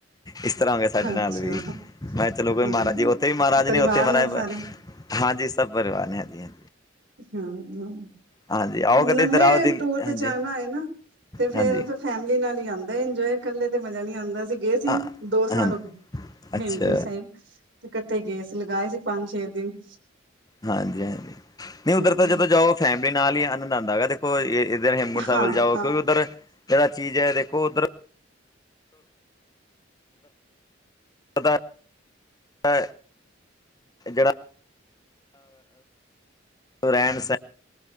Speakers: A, on the left; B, on the right.
A: ਇਸ ਤਰ੍ਹਾਂ ਹੋ ਗਿਆ ਸਾਡੇ ਨਾਲ
B: ਅੱਛਾ
A: ਵੀ, ਮੈਂ ਕਿਹਾ ਚਲੋ ਕੋਈ
B: ਹਮ
A: ਮਹਾਰਾਜੀ ਉੱਥੇ ਵੀ ਮਹਾਰਾਜ
B: ਪਰਿਵਾਰ
A: ਨੇ ਉੱਥੇ ਮਹਾਰਾਜ
B: ਨਾਲ ਸਾਰੇ
A: ਹਾਂਜੀ ਸਭ ਪਰਿਵਾਨ ਹੈ ਜੀਆਂ
B: ਹਾਂ ਹ
A: ਹਾਂਜੀ ਆਓ ਕਦੇ
B: ਲੰਬੇ
A: ਇੱਧਰ ਆਓ ਦਿੱਲੀ
B: ਟੂਰ
A: ਹਾਂਜੀ
B: ਤੇ ਜਾਣਾ ਆਏ ਨਾ ਤੇ ਫੇਿਰ
A: ਹਾਂਜੀ
B: ਫੈਮਿਲੀ ਨਾਲ ਹੀ ਆਂਦਾ, ਇੰਜੋਏ ਇਕੱਲੇ ਤੇ ਮਜ਼ਾ ਨੀ ਆਂਦਾ। ਗਏ ਸੀ
A: ਹਾਂ
B: ਦੋ ਸਾਲ
A: ਹਾਂਜੀ
B: ਹੋਗੇ
A: ਅੱਛਾ
B: ਹੇਮਕੁੰਟ ਸਾਬ ਤੇ ਇਕੱਠੇ ਗਏ ਸੀ ਲਗਾਏ ਸੀ ਪੰਜ ਛੇ ਦਿਨ
A: ਹਾਂਜੀ -ਹਾਂਜੀ ਨਹੀਂ ਉੱਧਰ
B: ਹਮ
A: ਤਾਂ ਜਦੋਂ ਜਾਓ ਫੈਮਿਲੀ ਨਾਲ ਹੀ ਆਨੰਦ ਆਂਦਾ ਹੈਗਾ ਤੇ ੋ ਇੱਧਰ ਹੇਮਗੁੰਟ ਸਾਹਿਬ
B: ਹਾਂ
A: ਵੱਲ ਜਾਓ,
B: ਹਾਂ
A: ਕਿਉਂਕਿ ਉੱਧਰ ਜੇੜਾ ਚੀਜ਼ ਹੈ ਦੇਖੋ ਉੱਧਰ ਤਾਂ ਜੇੜਾ ਰੈਣ ਸੈਣ